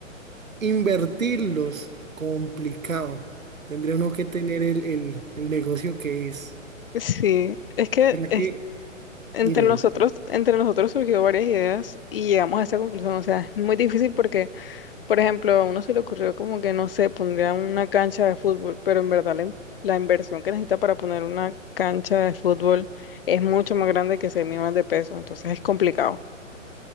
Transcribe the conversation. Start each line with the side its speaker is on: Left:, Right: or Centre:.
Right: Invertirlos, complicado. Tendría uno que tener el, el- el negocio que es.
Left: Sí, es que
Right: ¿Verdad
Left: es-
Right: que?
Left: entre
Right: Dime.
Left: nosotros, entre nosotros surgió varias ideas y llegamos a esta conclusión. O sea, es muy difícil porque Por ejemplo, a uno se le ocurrió como que, no sé, pondría una cancha de fútbol, pero en verdad la, in- la inversión que necesita para poner una cancha de fútbol es mucho más grande que 6 millones de pesos, entonces es complicado.